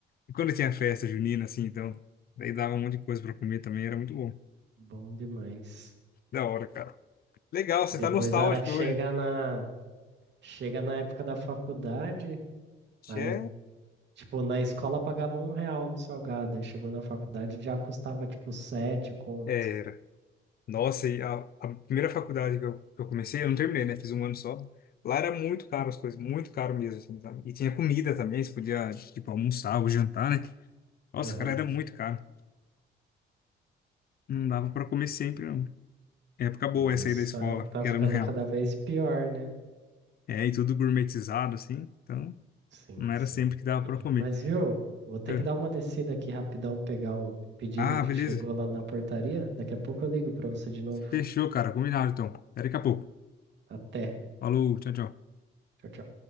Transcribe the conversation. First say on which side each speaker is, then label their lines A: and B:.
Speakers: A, on the left; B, on the right.
A: E quando tinha festa junina, assim, então, daí dava um monte de coisa pra comer também, era muito bom.
B: Bom demais.
A: Da hora, cara. Legal, você
B: E depois,
A: tá nostálgico
B: a hora que chega
A: hoje.
B: na, chega na época da faculdade,
A: Tchê.
B: aí, tipo, na escola pagava um real no salgado, aí chegou na faculdade já custava, tipo, sete conto.
A: É, Nossa, e a, a primeira faculdade que eu, que eu comecei, eu não terminei, né? Fiz um ano só. Lá era muito caro as coisas, muito caro mesmo, assim, sabe? E tinha comida também, você podia, tipo, almoçar ou jantar, né? Nossa,
B: Aham.
A: cara, era muito caro. Não
B: É,
A: dava pra comer sempre, não. Época
B: o
A: boa
B: negócio
A: essa aí da escola,
B: tá, tá
A: que
B: ficando
A: era um real.
B: cada vez pior, né?
A: É, e tudo gourmetizado, assim, então
B: Sim,
A: não era
B: sim.
A: sempre que dava pra comer.
B: Mas viu, vou ter
A: É.
B: que dar uma descida aqui rapidão, pegar um pedido
A: Ah,
B: que
A: beleza.
B: chegou lá na portaria. Daqui a pouco eu ligo pra você de novo.
A: Fechou, cara, combinado, então. Até daqui a pouco.
B: Até.
A: Falou, tchau, tchau.
B: Tchau, tchau.